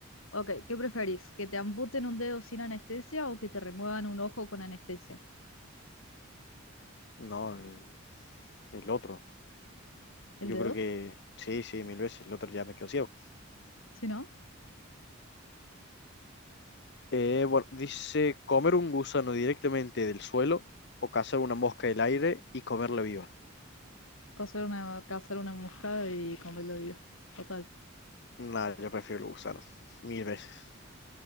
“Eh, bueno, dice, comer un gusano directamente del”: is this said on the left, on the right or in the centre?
Left